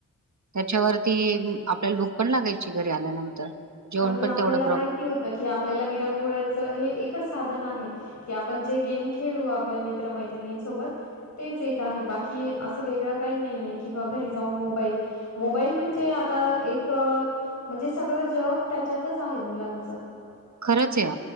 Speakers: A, on the right; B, on the left.
A: त्याच्यावरती आपल्याला भूक पण लागायची घरी आल्यानंतर जेवण
B: आणि
A: पण
B: आपल्याला
A: तेवढं प्र
B: माहिती होत की आपल्याला विरंगुळ्याच हे एकच साधन आहे की आपण जे गेम खेळू आपल्या मित्रमैत्रिणींसोबत तेच एक आहे बाकी असं वेगळं काही नाही आहे किंवा घरी जाऊन मोबाईल मोबाईल म्हणजे आता एक म्हणजे सगळं जग त्याच्यातच आहे मुलांचं
A: खरंच या